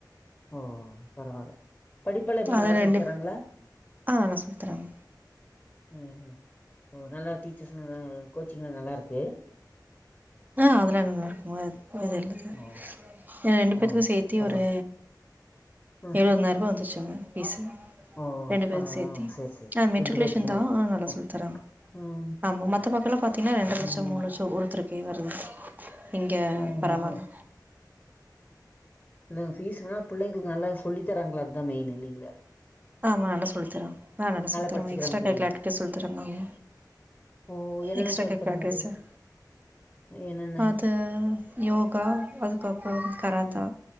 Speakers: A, on the left (about 15°); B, on the right (about 25°).
A: ஓ பரவால படிப்பலா எப்டி
B: அது
A: நல்லா சொல்லித்தறாங்ளா
B: ரெண்டு ஆ நல்லா சொல்லி தராங்க
A: ம்ஹூம் ஓ நல்லா டீச்சர்ஸ்லாம் நல்ல கோச்சிங்லாம் நல்லாருக்கு
B: ம்ம் அதெல்லாம் நல்லா ருக்குங்க ஒ இதெல்லுது
A: ஓ
B: ஏ ரெண்டு பேத்துக்கும்
A: ஓ
B: சேத்தி
A: பரவா
B: ஒரு
A: ம்
B: எழுவன்தாயிரவா வந்துருச்சுங்க பீஸு
A: ஓ ஓ
B: ரெண்டு பேரு
A: பரவா
B: சேத்தி
A: ஓ சேரி சேரி
B: ஆ
A: சேரி
B: மெட்ரிகுலேஷன்
A: ரெண்டு பேத்துக்குமே
B: தான் ஆ நல்லா
A: ஓகே
B: சொல்லி தராங்க
A: ம்
B: ஆமா மத்த பக்கோல பாத்தீங்கன்னா ரெண்டர லட்சோ
A: ம்
B: மூணு லட்சோ ஒருத்தருக்கே வருது இங்க
A: ம்
B: பரவால்ல
A: ம் இவ்ளோ ஃபீஸ்ன்னா புள்ளைங்களுக்கு நல்லா சொல்லி தராங்களா அதா மெயினு இல்லைங்களா
B: ஆமா நல்லா சொல்லி தராங்க ஆ நல்லா சொல்லி தருவாங்
A: படிச்சுக்கிறாங்க
B: எக்ஸ்ட்ரா
A: புள்ளைங்க
B: கரிகுலர் ஆக்டிவிட்டீஸ் சொல்லித்தராங்கங்கோ
A: ஓ என்னென்ன
B: எக்ஸ்ட்ரா
A: சொல்லி
B: கரிக்குலர்
A: தராங்க
B: ஆக்டிவிட்டிஸ்
A: அது என்னென்ன
B: அது அ யோகா அதுக்கப்புறம் கராத்தா
A: ம்